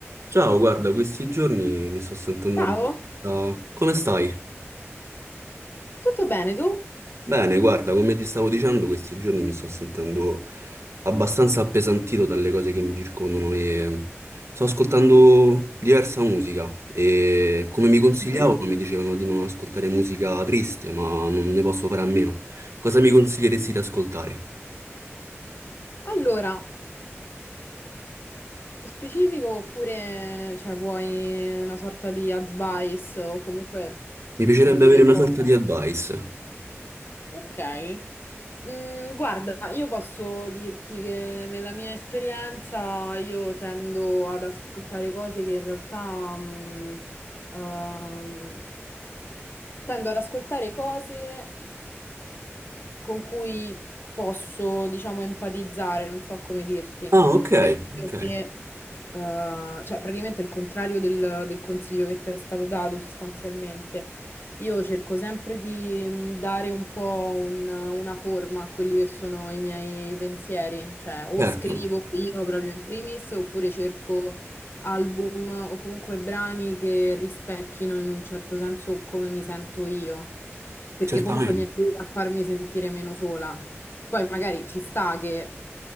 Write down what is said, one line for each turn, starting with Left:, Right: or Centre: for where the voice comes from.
Right: Ciao, guarda, questi giorni mi sto sentendo
Left: Ciao,
Right: abbastanza... Come stai?
Left: tutto bene tu?
Right: Bene, guarda, come ti stavo dicendo, questi giorni mi sto sentendo abbastanza appesantito dalle cose che mi circondano e mm, sto ascoltando diversa musica e come mi consigliavano
Left: Mhm.
Right: mi dicevano di non ascoltare musica triste, ma non ne posso fare a meno. Cosa mi consiglieresti di ascoltare?
Left: Allora, nello specifico oppure cioè, vuoi una sorta di advice o comunque
Right: Mi piacerebbe
Left: ti sapere
Right: avere
Left: cosa?
Right: una sorta di advice.
Left: Ok. Mm, guarda, io posso dirti che nella mia esperienza io tendo ad ascoltare cose che in realtà mm, ehm, tendo ad ascoltare cose. con cui posso, diciamo, empatizzare, non so come dirti.
Right: Ah, ok,
Left: Ad esempio,
Right: ok,
Left: che, eh, cioè, praticamente il contrario del, del consiglio che ti è stato dato sostanzialmente. Io cerco sempre di mh, dare un po' un- una forma a quelli che sono i miei pensieri, cioè o
Right: certo,
Left: scrivo io proprio in primis oppure cerco album o comunque brani che rispecchino in un certo senso come mi sento io, perché
Right: certamente,
Left: comunque mi aiuta a farmi sentire meno sola. Poi magari ci sta che,